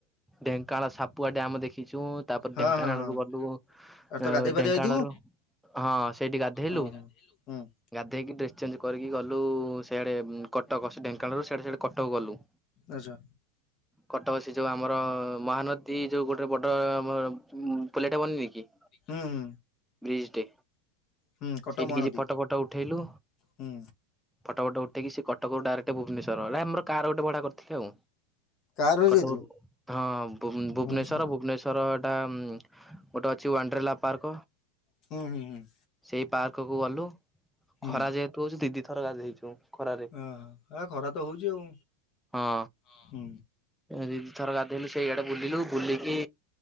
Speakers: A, in the centre; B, on the left.
A: ଢେଙ୍କାନାଳ ସାପୁଆ ଡ୍ୟାମ ଦେଖିଚୁ। ତାପରେ
B: ହଁ
A: ଢେଙ୍କାନାଳରୁ
B: ହଁ ହଁ
A: ଗଲୁ ଉମ୍
B: ଆରେ ତ ଗାଧେଇ ପାଧେଇ
A: ଢେଙ୍କାନାଳରୁ
B: ଆଇଥିବୁ
A: ହଁ ସେଇଠି ଗାଧେଇଲୁ,
B: ଓହୋ ହୁଁ
A: ଗାଧେଇକି ଡ୍ରେସ ସେମିତି କରିକି ଗଲୁ-ଉ ସେଆଡେ ଉମ୍ କଟକ ଢେଙ୍କାନଳରୁ ସିଆଡ଼େ ସିଆଡ଼େ କଟକ ଗଲୁ।
B: ଆଛା।
A: କଟକ ସେ ଯୋଉଁ ଆମର ମହାନଦୀ ଯୋଉଁ ଗୋଟେ ମ ବଡ଼ ପୋଲଟେ ବନିନି କି
B: ହୁଁ ହୁଁ।
A: ବ୍ରିଜ୍ ଟେ
B: ହୁଁ କଟକ
A: ସେଇଠି
B: ମହାନଦୀ
A: କିଛି ଫଟ ଫଟ ଉଠେଇଲୁ।
B: ହୁଁ
A: ଫଟ ଫଟ ଉଠେଇକି ସେ କଟକରୁ ଡାଇରେକ୍ଟ ଭୁ ରଲେ ଆମର କାର ଗୋଟେ ବଢା କରିଥିଲୁ ଆଉ।
B: କାରରେ
A: କଟକ
B: ଯାଇଥିଲୁ
A: ଠୁ ହଁ ଭୁବନେଶ୍ଵର
B: ଆଚ୍ଛା
A: ଭୁବନେଶ୍ଵର ଟା ଉମ୍ ଗୋଟେ ଅଛି ୱାଣ୍ଡ୍ରେଲା ପାର୍କ।
B: ହୁଁ ହୁଁ ହୁଁ।
A: ଏଇ ପାର୍କ କୁ ଗଲୁ,
B: ହୁଁ
A: ଖରା ଯେହେତୁ ହୋଉଛି ଦି ଦି ଥର ଗାଧେଇଛୁ। ଖରାରେ
B: ଆ ହା ଖରା ତ ହଉଛି ଆଉ।
A: ହଁ।
B: ହଁ।
A: ଦି ଦି ଥର ଗାଧେଇଲୁ ସେଇଆଡ଼େ ବୁଲିଲୁ ବୁଲିକି